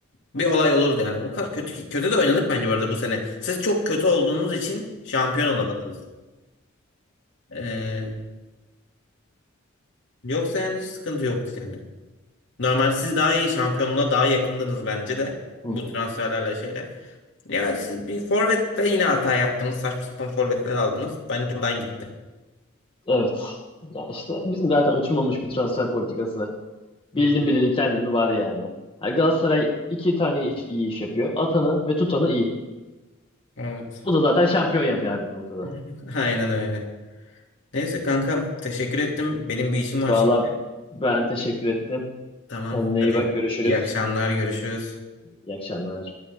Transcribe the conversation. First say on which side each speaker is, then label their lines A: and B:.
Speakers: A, on the left; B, on the left.
A: bir olay olurdu yani. O kadar kötü kötü de oynadık bence bu arada bu sene. Siz çok kötü olduğunuz için şampiyon olamadınız. Ee, yoksa yani hiç sıkıntı yoktu yani. Normal siz daha iyi şampiyonluğa daha yakındınız bence de
B: Hı
A: bu
B: hı.
A: transferlerle şeyle. Ya siz bir forvette yine hata yaptınız. Saçma sapan forvetler aldınız. Bence oradan gitti.
B: Evet. Ya işte bizim zaten oturmamış bir transfer politikası.
A: Hı,
B: Bildim bileli kendimi var yani. Ha, Galatasaray iki tane iş, iyi iş yapıyor. Atanı ve tutanı iyi.
A: Evet.
B: O da zaten şampiyon yapıyor abi bir noktada.
A: <laughs> Aynen öyle. Neyse kankam teşekkür ettim. Benim bir işim var
B: Valla
A: şimdi.
B: ben teşekkür ettim.
A: Tamam
B: Kendine
A: hadi
B: iyi bak. Görüşürüz.
A: iyi akşamlar görüşürüz.
B: İyi akşamlar.